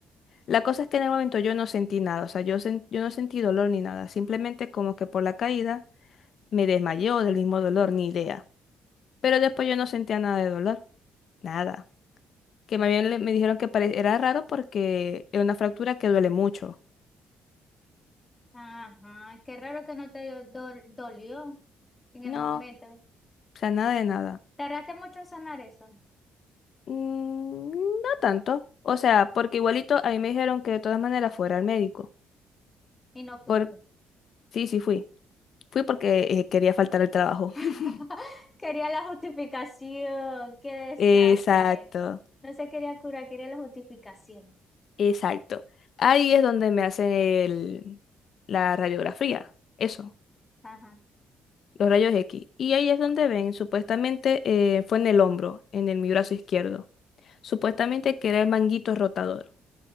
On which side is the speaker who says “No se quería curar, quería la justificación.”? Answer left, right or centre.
Left